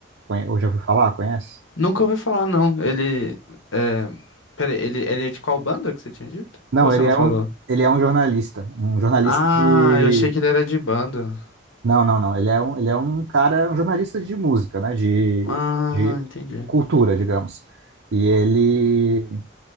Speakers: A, on the right; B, on the left.
A: conhe- ou já ouviu falar, conhece?
B: Nunca ouvi falar, não. Ele. É... Peraí, ele, ele é de qual banda que você tinha dito?
A: Não,
B: Ou você
A: ele
B: não
A: é
B: falou?
A: um, ele é um jornalista. Um jornalista
B: Ah,
A: de.
B: eu achei que ele era de banda.
A: Não, não, não. Ele é um, ele é um cara, um jornalista de música, né? De,
B: Ah,
A: de
B: entendi.
A: cultura, digamos. E ele.